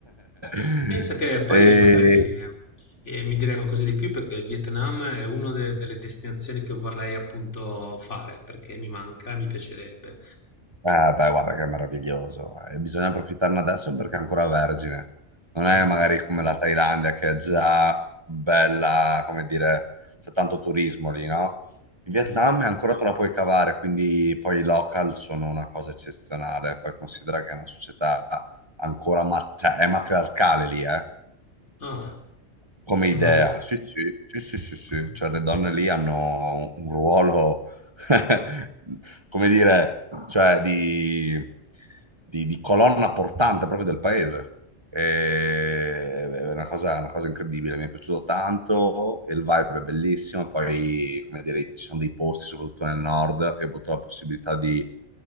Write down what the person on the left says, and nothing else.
Pensa che poi
magari eh, mi direi qualcosa di più perché il Vietnam è una de- delle destinazioni che vorrei appunto fare perché mi manca, mi piacerebbe.
Mm,
mm.
Ah,
una-
mm.